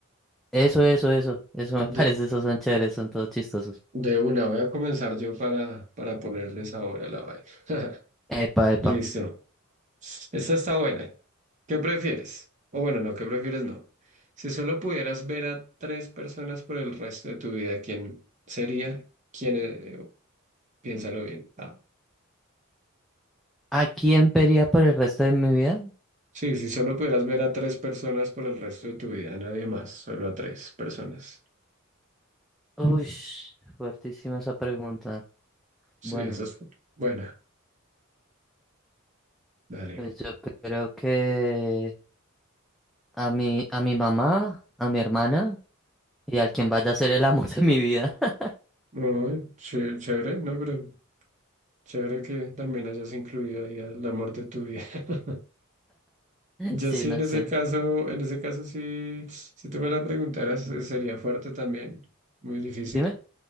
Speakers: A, in the centre; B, on the right (about 35°).
A: Eso, eso, eso. Eso me
B: De,
A: <laughs> parece, esos son chéveres, son todos chistosos.
B: de una, voy a comenzar yo para, para ponerles ahora la vaina. <laughs>
A: Epa, epa.
B: Listo. Esta está buena. ¿Qué prefieres? O bueno, no, ¿qué prefieres? No. Si solo pudieras ver a tres personas por el resto de tu vida, ¿quién sería? ¿Quién? eh, piénsalo bien. Ah.
A: ¿A quién vería por el resto de mi vida?
B: Sí, si solo pudieras ver a tres personas por el resto de tu vida, a nadie más, solo a tres personas.
A: Uy, fuertísima esa pregunta.
B: Sí,
A: Bueno,
B: esa es buena. Dale.
A: pues yo creo que a mi, a mi mamá, a mi hermana. Y a quien vaya a ser el amor de mi vida. <laughs>
B: Muy ché- chévere, no, pero chévere que también hayas incluido ahí el amor de tu vida. <laughs> Yo
A: Sí,
B: sí,
A: no
B: en ese
A: sé.
B: caso, en ese caso sí, si tú me la preguntaras, eh, sería fuerte también, muy difícil.
A: Dime,